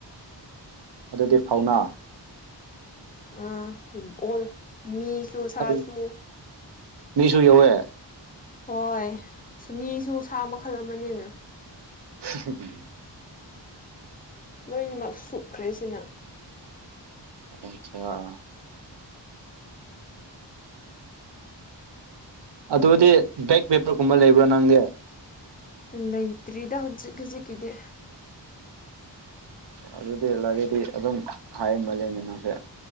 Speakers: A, on the right (about 65°); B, on the left (about 20°).
A: ꯑꯗꯨꯗꯤ ꯐꯥꯎꯅꯥ
B: ꯑ ꯑꯣ ꯃꯤꯁꯨ ꯁꯥꯁꯨ
A: ꯑꯗꯨ ꯃꯤꯁꯨ ꯌꯧꯋꯦ
B: ꯍꯣꯏ ꯃꯤꯁꯨ ꯁꯥ ꯃꯈꯜ ꯑꯃꯅꯤꯅꯦꯅ
A: ꯎ
B: ꯂꯣꯏꯅꯃꯛ ꯁꯨꯛꯈ꯭ꯔꯦꯁꯤꯅ
A: ꯑꯆꯥ ꯑꯗꯨꯗꯤ ꯕꯦꯛ ꯄꯦꯄꯔꯒꯨꯝꯕ ꯂꯩꯕ꯭ꯔꯣ ꯅꯪꯗꯤ
B: ꯂꯩꯇ꯭ꯔꯤꯗ ꯍꯧꯖꯤꯛ ꯍꯧꯖꯤꯛꯀꯤꯗꯤ
A: ꯑꯗꯨꯗꯤ ꯂꯥꯏꯔꯤꯗꯤ ꯑꯗꯨꯝ ꯍꯥꯏꯃꯂꯦꯅꯦ ꯅꯪꯁꯦ